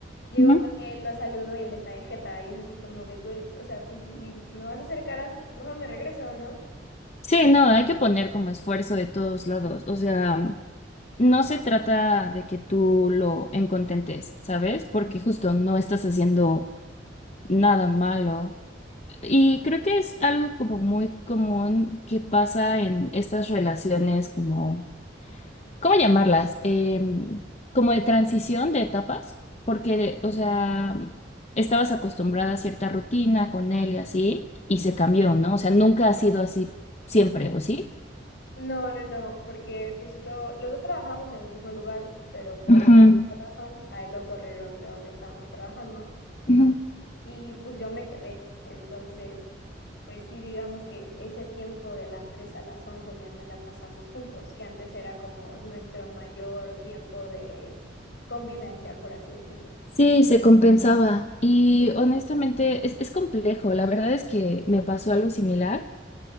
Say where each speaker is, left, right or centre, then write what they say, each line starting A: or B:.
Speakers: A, on the left; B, on the left.
A: llego
B: Ujú.
A: con él, lo saludo y él está de jeta y es así como de, güey, o sea, pues si me vas a hacer caras, mejor me regreso, ¿no?
B: Sí, no, hay que poner como esfuerzo de todos lados. O sea, no se trata de que tú lo encontentes, ¿sabes? Porque justo no estás haciendo nada malo. Y creo que es algo como muy común que pasa en estas relaciones como ¿cómo llamarlas? Em, como de transición de etapas, porque, o sea, estabas acostumbrada a cierta rutina con él y así, y se cambió, ¿no? O sea, nunca ha sido así siempre, ¿o sí?
A: No, no, no, porque justo los dos trabajamos en el mismo lugar, pero por
B: Ujú,
A: X o Y razón, a él lo corrieron de donde estábamos trabajando
B: Ujú.
A: y pues yo me quedé. Entonces, Pues sí, digamos que ese tiempo de las 3 a las 11 ya no la pasamos juntos, que antes era como nuestro mayor tiempo de convivencia, por así decirlo.
B: Sí, se compensaba. Y honestamente, es, es complejo. La verdad es que me pasó algo similar,